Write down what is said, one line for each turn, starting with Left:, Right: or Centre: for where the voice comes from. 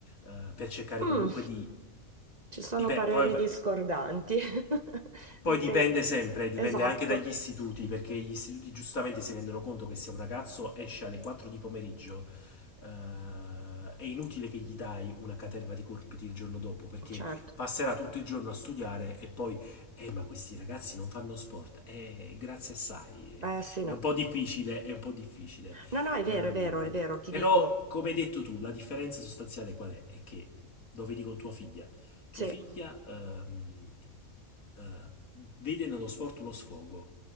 Left: eh, per cercare
Right: Mm,
Left: comunque di,
Right: Ci sono
Left: di pe-
Right: pareri
Left: poi
Right: discordanti. <laughs>
Left: poi
Right: Dipende.
Left: dipende sempre, eh, dipende
Right: Esatto,
Left: anche dagli istituti, perché gli istituti giustamente si rendono conto che se un ragazzo esce alle 4 di pomeriggio, eh, è inutile che gli dai una caterva di compiti il giorno dopo, perché
Right: certo.
Left: passerà tutto il giorno a studiare e poi, eh, ma questi ragazzi non fanno sport, eh, grazie assai, eh,
Right: Eh sì, no.
Left: è un po' difficile, è un po' difficile.
Right: No, no, è
Left: Ehm,
Right: vero, è vero, è vero, ti
Left: però,
Right: dico.
Left: come hai detto tu, la differenza sostanziale qual è? È che lo vedi con tua figlia. Tua
Right: Sì,
Left: figlia... ehm, eh, vede nello sport uno sfogo,